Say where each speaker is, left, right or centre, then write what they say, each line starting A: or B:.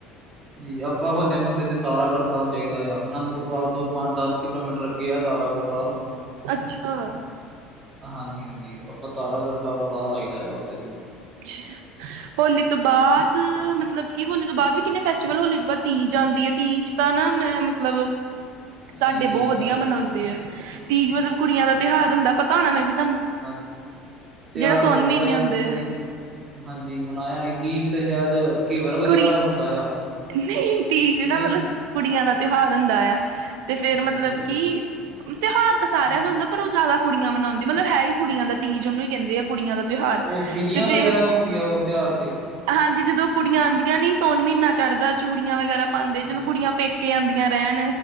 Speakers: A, on the right; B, on the right.
A: ਜੀ ਆਪਾਂ ਹੋਲੇ ਮਹੱਲੇ ਤੇ ਤਾਰਗੜ੍ਹ ਸਾਹਿਬ ਜਾਈ ਦਾ ਆ ਆਨੰਦ ਪ ਸਾਹਿਬ ਤੋਂ ਪੰਜ ਦਸ ਕਿਲੋਮੀਟਰ ਅੱਗੇ ਆ ਤਾਰਾਗੜ੍ਹ ਸਾਹਿਬ
B: ਅੱਛਾ
A: ਹਾਂਜੀ-ਹਾਂਜੀ, ਆਪ ਆਪਾਂ ਤਾਰਾਗੜ੍ਹ ਸਾਹਿਬ ਪੁਫਰਾ ਲਾਈਦਾ ਆ ਉੱਧਰ ਹੀ
B: ਅੱਛਾ, ਹੋਲੀ ਤੋਂ ਬਾਅਦ ਮਤਲਬ, ਕਿ ਹੋਲੀ ਤੋਂ ਬਾਅਦ ਵੀ ਕਿੰਨੇ ਫੈਸਟੀਵਲ ਹੋਲੀ ਤੋਂ ਬਾਅਦ ਤੀਜ ਆਉਂਦੀ ਹੈ ਤੀਜ ਤਾਂ। ਹਨਾ ਮੈਂ ਮਤਲਬ, ਸਾਡੇ
A: ਤੀਜ
B: ਬਹੁਤ
A: ਨਹੀਂ
B: ਵਧੀਆ
A: ਕਰਦੇ
B: ਮਨਾਦੇ
A: ਸਾਡੇ
B: ਹੈ, ਤੀਜ ਮਤਲਬ ਕੁੜੀਆਂ ਦਾ ਤਿਉਹਾਰ ਹੁੰਦਾ ਪਤਾ ਹੋਣਾ ਮੈਂ ਵੀ, ਤੁਹਾਨੂੰ
A: ਹਾਂ ਤਿਹਾਰ
B: ਜਿਹੜਾ ਸੋਨ
A: ਤੇ
B: ਮਹੀਨੇ
A: ਪਤਾ
B: ਹੁੰਦੇ
A: ਬਸ ਕਦੀ।
B: ਆ
A: ਹਾਂਜੀ ਮਨਾਇਆ ਨੀ, ਤੀ ਤੇ ਸ਼ਾਇਦ ਘੇਵਰ ਵਗੈਰਾ
B: ਕੁੜੀਆਂ
A: ਹੁੰਦਾ ਆ।
B: ਨਹੀਂ ਤੀਜ ਨਾ
A: ਨਹੀਂ
B: ਮਤਲਬ ਕੁੜੀਆਂ ਦਾ ਤਿਹਾਰ ਹੁੰਦਾ ਆ, ਤੇ ਫੇਰ ਮਤਲਬ
A: ਅੱਛਾ ਜੀ
B: ਕਿ ਤਿਉਹਾਰ ਤਾਂ ਸਾਰਿਆਂ
A: ਹੂੰ,
B: ਦਾ ਹੁੰਦਾ, ਪਰ ਉਹ ਜ਼ਿਆਦਾ ਕੁੜੀਆਂ ਮਨਾਉਦੀਆਂ ਮਤਲਬ ਹੈ, ਹੀ ਕੁੜੀਆਂ ਦਾ ਤੀਜ਼ ਉਹਨੂੰ ਹੀ ਕਹਿੰਦੇ ਆ। ਕੁੜੀਆਂ ਦਾ ਤਿਉਹਾਰ
A: ਉਹ ਫਿਰੀਆਂ
B: ਤੇ ਫੇਰ
A: ਵਗੈਰਾ ਹੁੰਦੀਆਂ ਉਸ ਤਿਉਹਾਰ ਤੇ
B: ਹਾਂਜੀ, ਜੀ ਜਦੋਂ ਕੁੜੀਆਂ ਆਦੀਆਂ ਨੀ ਸੋਨ ਮਹੀਨਾ ਚੜ੍ਹਦਾ, ਚੂੜੀਆਂ ਵਗੈਰਾ ਪਾਉਂਦੇ
A: ਜੀ
B: ਜਦੋਂ
A: ਜੀ
B: ਕੁੜੀਆਂ ਪੇਕੇ ਆਦੀਆਂ। ਰਹਿਣ